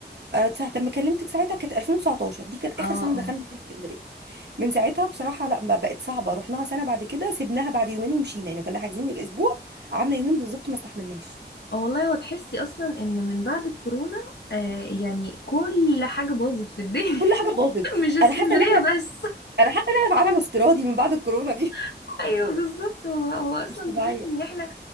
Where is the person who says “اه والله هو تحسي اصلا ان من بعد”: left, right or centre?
Left